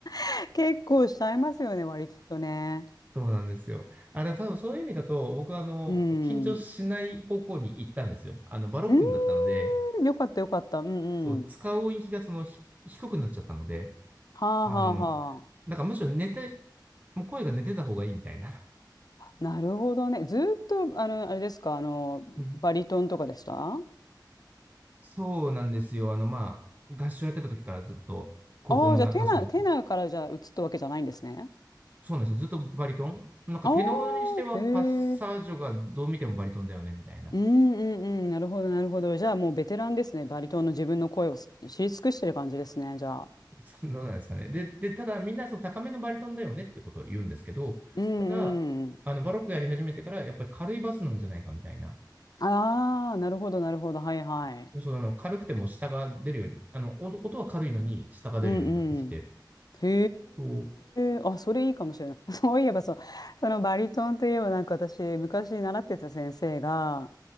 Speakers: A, on the left (about 55°); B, on the right (about 20°).
A: <laughs> 結構しちゃいますよね、割とね。
B: そうなんですよ。あ、でも多分そういう意味だと、僕はあの、
A: うん。
B: 緊張しない方向に行ったんですよ。
A: う
B: あの、バロックになったので、
A: ーん、よかった、よかった。うんうん。
B: そう、使う音域がその、ひ低くなっちゃったので、
A: はあはあは
B: あの、なんからむしろ寝て、もう声が寝てた方がいいみたいな。
A: なるほどね。ずーっと、あの、あれですか、あの、
B: <laughs> うん。
A: バリトンとかでしたあ
B: そうなんですよ。あの、まあ、合唱やってた時からずっと、高校の合唱の時
A: あー、じゃあ、テナー、テナーからじゃあ、移ったわけじゃないんですね。
B: そうなんですよ。ずっとバリトンなんかテノールにしてはパッサージョがどう見てもバリトンだよね、
A: ああ、へえ。
B: みたいな。
A: うんうんうん。なるほど、なるほど。じゃあ、もうベテランですね。バリトンの自分の声をす知り尽くしてる感じですね、じゃあ。
B: <laughs> そうどうなんですかね。で、で、ただみんなその高めのバリトンだよねってことを言うんですけど、
A: うんうん。
B: ただ、あの、バロックやり始めてからやっぱり軽いバスなんじゃないかみたいな。
A: ああ、なるほど、なるほど。はいはい。
B: そう、あの、軽くても下が出るように、あの、音音は軽いのに下が出るようになってきて、
A: うんへ
B: お
A: え、あ、それいいかもしれない。<laughs> そういえばそう、そのバリトンといえばなんか私、昔習ってた先生が、